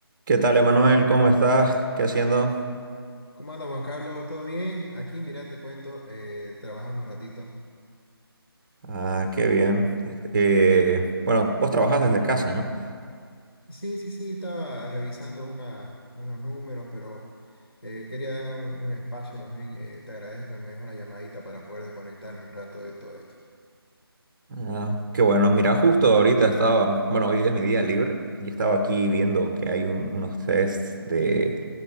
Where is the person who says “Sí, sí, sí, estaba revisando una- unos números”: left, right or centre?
Left